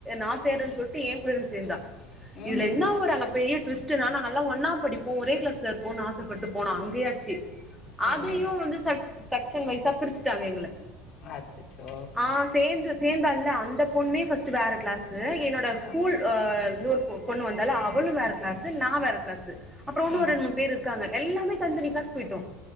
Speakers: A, in the centre; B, on the left.
A: நா சேருறேன்னு சொல்லிட்டு ஏங்கூடயே வந்து சேந்தா
B: ம்
A: இதுல
B: ம்
A: என்ன ஒரு அங்க பெரிய டுவிஸ்டுனா நாங்கெல்லா ஒன்னா படிப் ஒரே க்ளாஸ்ல இருப்போனு ஆசப்பட்டு போனா அங்கேயாச்சு அதையு
B: ம்
A: வந்து செ க்ஷன் வைஸா பிரிச்சுட்டாங்க எங்கள
B: அச்சச்சோ
A: ஆ சேந்து சேந்தால்ல அந்த பொண்ணே ஃபர்ஸ்ட்டு வேற க்ளாஸு என்னோட ஸ்கூல்
B: ஆ
A: ஒரு பொண்ணு வந்தால அவளு வேற க்ளாஸு நா வேற க்ளாஸு அப்பறோ இன்னு
B: ம்
A: ஒரு ரெண்
B: ம்
A: மூன் பேரு இருக்காங்க எல்லாமே தனி தனி க்ளாஸ் போயிட்டோ